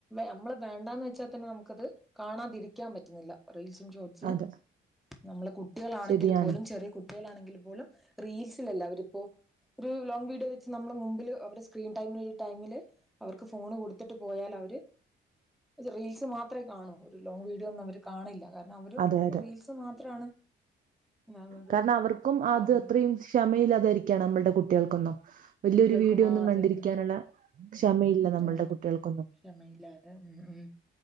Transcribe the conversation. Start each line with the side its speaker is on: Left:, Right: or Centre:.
Centre: നമ്മൾ വേണ്ടന്ന് വെച്ചാൽ തന്നെ നമുക്കത് കാണാതിരിക്കാൻ പറ്റുന്നില്ല റീൽസും ഷോർട്സും
Right: അതെ
Centre: നമ്മളെ കുട്ടികളാണെങ്കിൽ
Right: ശരിയാണ്
Centre: പോലും ചെറിയ കുട്ടികളാണെങ്കിൽ പോലും റീൽസിലല്ലേ അവരിപ്പോ ഒരു ലോങ് വീഡിയോ വെച്ച് നമ്മള് മുമ്പില് അവടെ സ്ക്രീൻ ടൈമുള്ള ടൈമില് അവർക്ക് ഫോണ് കൊടുത്തിട്ട് പോയാൽ അവര് റീൽസ് മാത്രമേ കാണൂ ഒരു ലോങ് വീഡിയോ ഒന്നും അവര് കാണില്ല കാരണം അവര്
Right: അതെ അതെ
Centre: റീൽസ് മാത്രമാണ് ഒന്നാമത്
Right: കാരണം അവർക്കും അത്
Centre: കാണുന്നത്
Right: അത്രയും ക്ഷമയില്ലാതെയിരിക്കയാണ് നമ്മളുടെ കുട്ടികൾക്കൊന്നും വലിയൊരു
Centre: കുട്ടികൾക്ക്
Right: വീഡിയോ
Centre: മാത്
Right: ഒന്നും കണ്ടിരിക്കാനുള്ള
Centre: ഉം
Right: ക്ഷമയില്ല നമ്മളുടെ
Centre: ഉം
Right: കുട്ടികൾക്കൊന്നും
Centre: ക്ഷമയില്ലാതെ ഉം ഉം